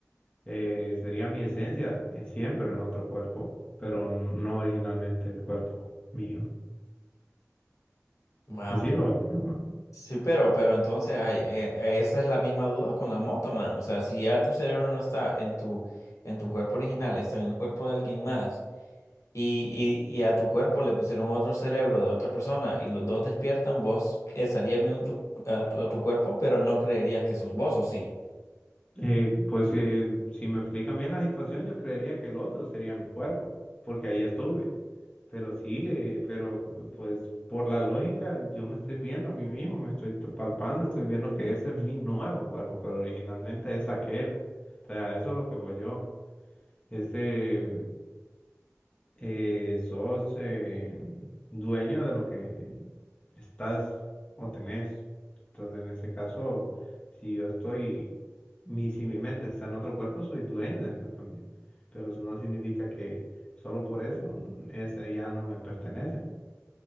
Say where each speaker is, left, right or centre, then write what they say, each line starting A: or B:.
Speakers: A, on the left; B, on the left.
A: eh, sería mi esencia eh, siempre en otro cuerpo, pero no originalmente el cuerpo mío.
B: Man,
A: Así
B: pe-
A: lo veo.
B: sí, pero, pero entonces ay, eh, eh, esa es la misma duda con la moto, man. O sea, si ya tu cerebro no está en tu, en tu cuerpo original, está en el cuerpo de alguien más y, y- y a tu cuerpo le pusieron otro cerebro de otra persona y los dos despiertan, vos estarías viendo tu- a, tu, a tu cuerpo, pero no creerías que sos vos, ¿o sí?
A: Eh, pues eh, si me explican bien la situación, yo creería que el otro sería mi cuerpo, porque ahí estuve. Pero sí, eh, pero pues por la lógica, yo me estoy viendo a mí mismo, me estoy t- palpando, estoy viendo que ese es mi nuevo cuerpo, pero originalmente es aquel. O sea, a eso es lo que voy yo. Este, eh, sos eh, dueño de lo que estás o tenés. Entonces, en ese caso, si yo estoy, mi, si mi mente está en otro cuerpo, soy dueño de aquel también. Pero eso no significa que solo por eso mm, ese ya no me pertenece.